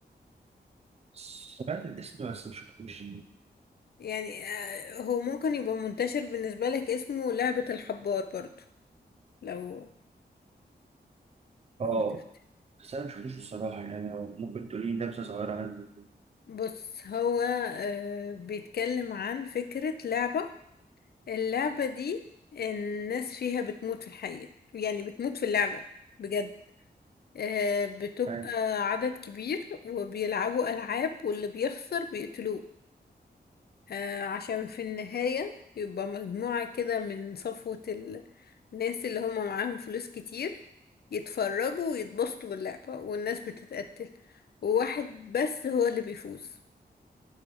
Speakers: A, on the right; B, on the left.
A: سمعت الاسم بس ما شفتوش
B: يعني آه هو ممكن يبقى منتشر بالنسبة لك اسمه لعبة الحبار برضو لو
A: اه
B: لو تفتكر
A: بس انا ما شفتوش الصراحه يعني لو ممكن تقولي لي نبذه صغيره عنه
B: بص هو آه بيتكلم عن فكرة لعبة اللعبة دي الناس فيها بتموت في الحقيقة يعني بتموت في اللعبة بجد آه، بتبقى
A: أيوة.
B: عدد كبير وبيلعبوا ألعاب واللي بيخسر بيقتلوه آه، عشان في النهاية يبقى مجموعة كده من صفوة ال- الناس اللي هم معاهم فلوس كتير يتفرجوا ويتبسطوا باللعبة والناس بتتقتل وواحد بس هو اللي بيفوز